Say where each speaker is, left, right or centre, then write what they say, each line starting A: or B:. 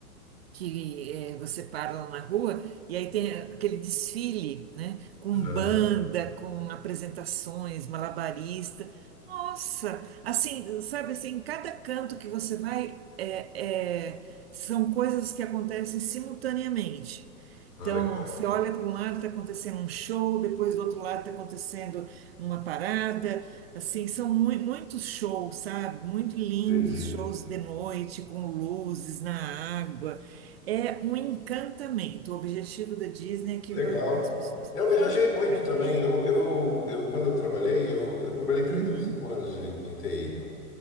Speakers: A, on the right; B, on the left.
A: Que eh, você para lá na rua e aí tem aquele desfile, né? Com
B: aham.
A: banda, com apresentações, malabarista. Nossa, assim, sabe assim, em cada canto que você vai, é, é, são coisas que acontecem simultaneamente.
B: Ah,
A: Então,
B: legal.
A: você olha para um lado, está acontecendo um show, depois do outro lado está acontecendo uma parada. Assim, são mui- muitos shows, sabe? Muito lindos
B: Entendi.
A: shows de noite, com luzes na água. É um encantamento. O objetivo da Disney é que
B: Legal.
A: va- as pessoas
B: Eu
A: fiquem
B: viajei muito
A: encantadas.
B: também. Eu, eu, eu quando eu trabalhei, eu, eu trabalhei 35
A: Uhum.
B: anos de, em TI.